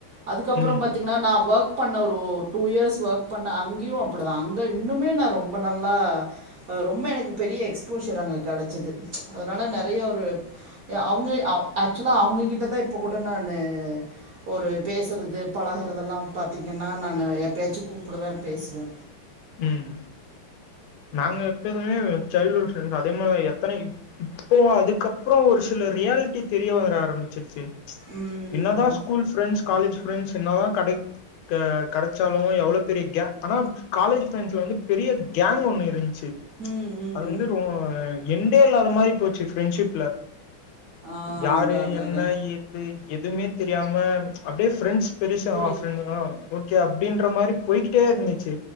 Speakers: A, on the right (about 60°); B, on the left (about 80°).
A: அதுக்கப்பறம்
B: ம்
A: பாத்தீங்னா நா ஒர்க் பண்ண ஒரு டூ இயர்ஸ் ஒர்க் பண்ண அங்கியு அப்புடுதா அங்க இன்னுமே நா ரொம்ப நல்லா அ ரொம்ப எனக்கு பெரிய எக்ஸ்போஷர் அங்க கெடச்சது அதனால நெறைய ஒருப் எ அவுங்க அ ஆக்சுவலா அவுங்ககிட்டதா இப்போ கூட நானு ஒரு பேசறது பழகறதெல்லாம் பாத்திங்கனா நானு எப்பயாச்சு கூப்புடுவே பேசுவே
B: ம் நாங்க எப்போதுமே சைல்டுவுட் ஃப்ரெண்ட்தா அதே மாரிதா எத்தன இப் இப்போ அதுக்கப்றோ ஒரு சில ரியாலிட்டி தெரிய வர ஆரம்பிச்சிருச்சி
A: ம்
B: என்னதா ஸ்கூல் ஃப்ரெண்டஸ் காலேஜ் ஃப்ரெண்ட்ஸ் என்னதா கடைக்க கெடச்சாலு எவ்ளோப் பெரியக் கே ஆனாப் காலேஜ் ஃப்ரெண்ட்ஸ்ல வந்து பெரிய கேங் ஒன்னு இருந்ச்சி
A: ம் ம்
B: அது வந்து ரொ என்டே இல்லாத மாரி போச்சி ஃப்ரெண்ட்ஷிப்ல
A: ஆ
B: யாரு
A: அதான் அதான்
B: என்ன
A: அதான்
B: எ து எதுமே தெரியாம அப்டியே ப்ரெண்ட்ஸ் பெருசா
A: புரியுது
B: ஆ ஃப்ரெண்ட்டு ஆ வுட் கே அப்டின்ற மாரிப் போய்கிட்டே இருந்துச்சி